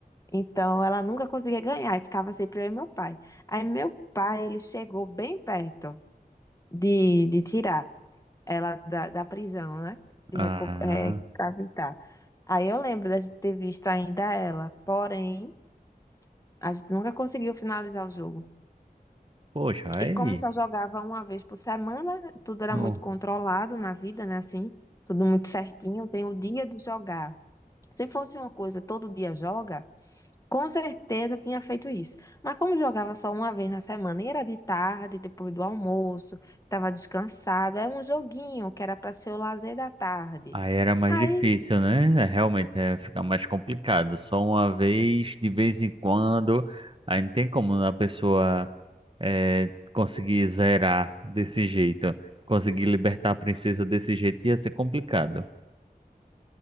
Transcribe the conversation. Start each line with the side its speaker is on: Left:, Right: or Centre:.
Left: Então ela nunca conseguia ganhar, e ficava sempre eu e meu pai. Aí meu pai, ele chegou bem perto de, de tirar ela da, da prisão, né? De
Right: Ah,
Left: recapitar. Aí eu lembro da gente ter visto ainda ela, porém. A gente nunca conseguiu finalizar o jogo.
Right: poxa, aí.
Left: E como só jogava uma vez por semana, tudo era
Right: Não.
Left: muito controlado na vida, né? Assim, tudo muito certinho, tem o dia de jogar. Se fosse uma coisa todo dia joga, com certeza tinha feito isso. Mas como jogava só uma vez na semana, e era de tarde, depois do almoço, estava descansada, era um joguinho que era para ser o lazer da tarde.
Right: Aí era mais
Left: Aí,
Right: difícil, né? É, Realmente é ficar mais complicado. Só uma vez, de vez em quando. Aí não tem como a pessoa é, conseguir zerar desse jeito. Conseguir libertar a princesa desse jeito ia ser complicado.